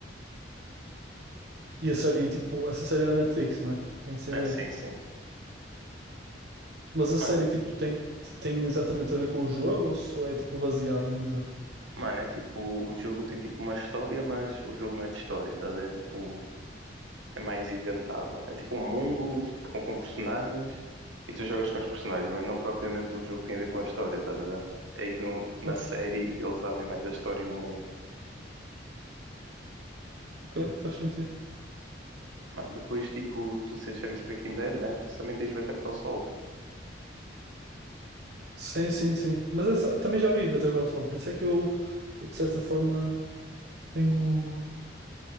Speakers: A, on the right; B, on the right.
A: E a série, tipo, essa série é da Netflix, não é? Tem essa
B: É,
A: ideia.
B: sim, sim.
A: Mas a
B: Mano,
A: série, tipo, tem, tem exatamente a ver com o jogo ou só é, tipo, baseada no jogo?
B: mano, é tipo, o jogo tem tipo uma história, mas o jogo não é de história, tá? a ver? É tipo é mais inventado. É tipo um mundo com, com personagens e tu jogas com os personagens, mas não propriamente o jogo tem a ver com a história, estás a ver? Aí no, na
A: Ok,
B: série eles abrem mais a história e o mundo.
A: ok, faz sentido.
B: Mano, depois tipo, tu disseste já viste Breaking Bad, né? Tu também tens Better Call Saul.
A: Sim, sim, sim. Mas essa, também já vi Better Call Saul, por isso é que eu, de certa forma, tenho,